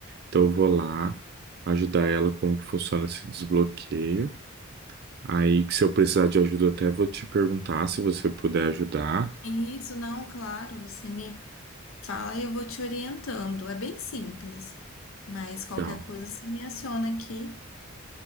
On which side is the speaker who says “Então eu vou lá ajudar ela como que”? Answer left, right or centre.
Right